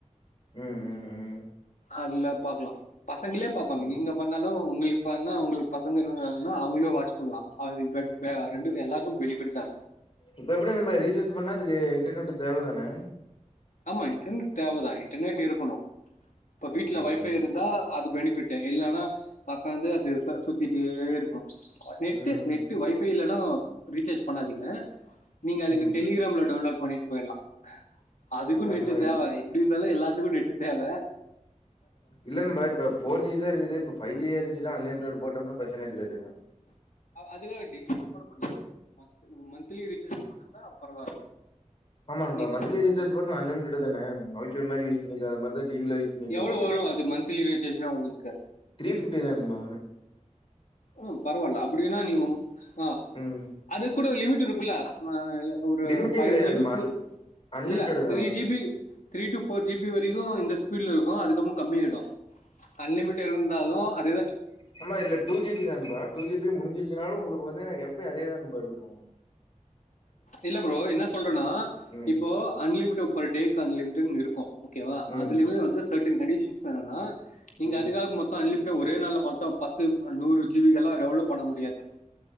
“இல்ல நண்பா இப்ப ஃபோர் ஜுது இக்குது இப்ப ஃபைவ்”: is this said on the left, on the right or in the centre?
Left